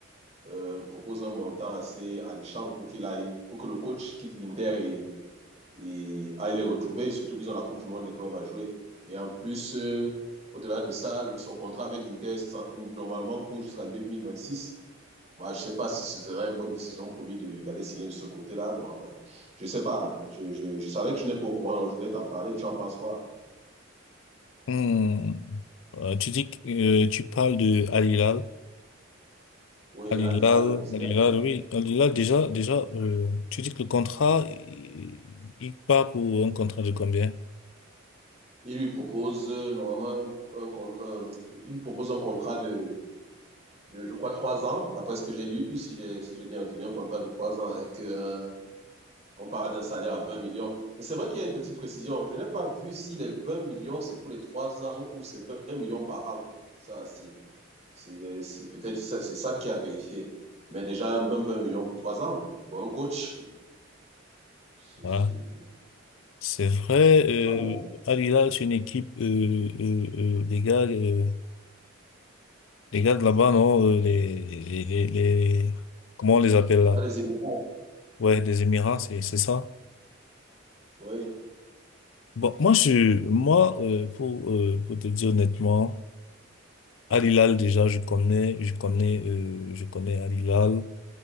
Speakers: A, on the right (about 35°); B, on the left (about 70°).
A: euh, propose un montant assez alléchant pour qu'il aille, pour que le coach quitte l'Inter et, et, aille les retrouver, et surtout qu'ils ont la Coupe du Monde des clubs à jouer. Et en plus, euh, au-delà de ça, son contrat avec l'Inter normalement court jusqu'en 2026. Moi, je ne sais pas si ce serait une bonne décision pour lui de- d'aller signer de ce côté-là. Bon, enfin, je ne sais pas. Je, je, je savais que tu n'es pas au courant, donc je voulais t'en parler. Tu en penses quoi?
B: Hmm. Euh, tu dis que euh, tu parles de Al Hilal.
A: Oui,
B: Al
A: Al
B: Hilal,
A: Hilal, c'est
B: Al
A: Al
B: Hilal,
A: Hilal.
B: oui. Al Hilal, déjà, déjà, euh, tu dis que le contrat, il, il part pour un contrat de combien?
A: Il lui propose euh, normalement un, con- un- il lui propose un contrat de, de, je crois, trois ans, d'après ce que j'ai lu, si j'ai si j'ai bien retenu, un contrat de trois ans avec, euh, on parle d'un salaire à 20 millions. Mais c'est vrai qu'il y a une petite précision. Je n'ai pas vu si les 20 millions, c'est pour les trois ans ou c'est 20 millions par an. Ça, c'est C'est euh, c'est peut-être ça, c'est ça qui a vérifié. Mais déjà, même 20 millions pour 3 ans, pour un coach, c'est
B: Voilà.
A: c'est-
B: C'est vrai,
A: c'est
B: euh,
A: pas mal.
B: Al Hilal, c'est une équipe, euh, euh, euh, les gars, euh, les gars de là-bas, non, euh, les, les, les, les- comment on les appelle là?
A: Là, les Émirats, là.
B: Ouais, des Émirats, c'est, c'est ça.
A: Oui,
B: Bon, moi, je, moi, euh, pour, euh, pour te dire honnêtement, Al Hilal, déjà, je connais, je connais, euh, je connais Al Hilal.